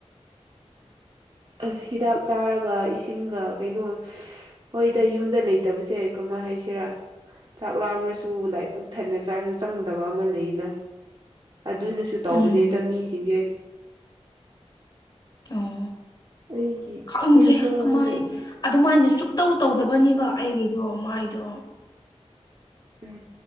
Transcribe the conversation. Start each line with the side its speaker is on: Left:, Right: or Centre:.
Right: ꯑꯁ ꯍꯤꯗꯥꯛ ꯆꯥꯔꯒ ꯏꯁꯤꯡꯒ ꯀꯩꯅꯣ ꯍꯣꯏꯗ ꯌꯨꯝꯗ ꯂꯩꯇꯕꯁꯦ ꯀꯔꯝꯍꯥꯏ ꯍꯥꯏꯁꯤꯔꯥ ꯆꯥꯛ ꯂꯥꯝꯔꯁꯨ ꯂꯥꯏꯛ ꯄꯨꯛ ꯊꯟꯅ ꯆꯥꯔꯁꯨ ꯆꯪꯗꯕ ꯑꯃ ꯂꯩꯅ ꯑꯗꯨꯅꯁꯨ ꯁꯨ ꯇꯧꯕꯅꯤꯗ
Left: ꯎꯝ
Right: ꯃꯤꯁꯤꯡꯁꯦ
Left: ꯑꯣ
Right: ꯑꯩꯒꯤ
Left: ꯈꯪꯗ꯭ꯔꯦ
Right: ꯀꯩꯅꯣꯝꯃ
Left: ꯀꯃꯥꯏ
Right: ꯂꯩꯕꯅꯦ
Left: ꯑꯗꯨꯃꯥꯏꯅ ꯁꯨꯛꯇꯧ ꯇꯧꯗꯕꯅꯤꯕ ꯑꯩꯒꯤꯗꯣ ꯃꯥꯏꯗꯣ
Right: ꯎꯝ